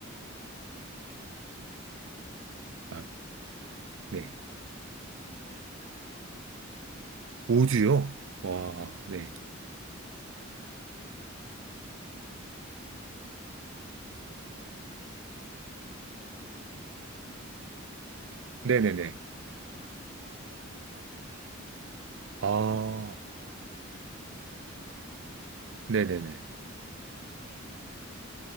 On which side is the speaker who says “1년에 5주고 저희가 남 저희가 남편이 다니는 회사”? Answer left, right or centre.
Right